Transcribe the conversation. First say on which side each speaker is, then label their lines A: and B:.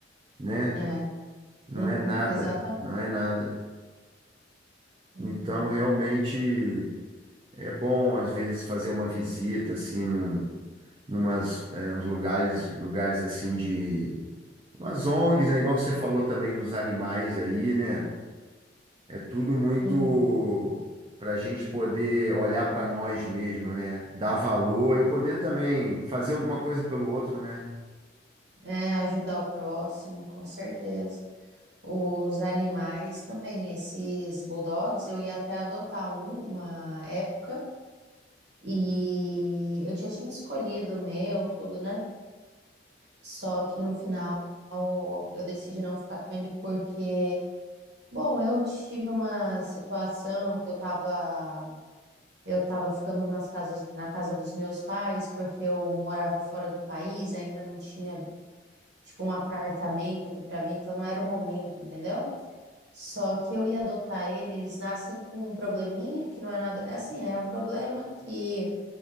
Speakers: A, on the right; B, on the right.
A: né?
B: É.
A: Não
B: Uhum.
A: é nada,
B: Exatamente.
A: não é nada.
B: Uhum.
A: Então, realmente é bom às vezes fazer uma visita assim num, numas é, uns lugares, lugares assim de umas ONGs, né? Igual você falou também dos animais aí, né? É tudo muito
B: Uhum.
A: para a gente poder olhar para nós mesmo, né? Dar valor e poder também fazer alguma coisa pelo outro, né?
B: É, ajudar o próximo, com certeza. Os animais também, esses bulldogs, eu ia até adotar um, uma época. E eu já tinha escolhido o meu, tudo, né? Só que no final eu decidi não ficar com ele porque, bom, eu tive uma situação que eu tava, eu tava ficando nas casas, na casa dos meus pais porque eu morava fora do país, ainda não tinha, tipo, um apartamento aqui pra mim, então não era o momento, entendeu? Só que eu ia adotar ele, eles nascem com um probleminha que não é nada, é assim, é um problema que